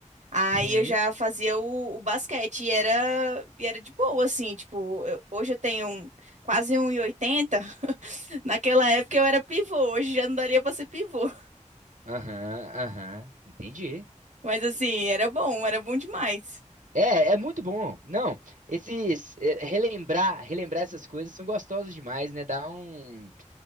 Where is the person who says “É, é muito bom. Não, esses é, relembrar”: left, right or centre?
Right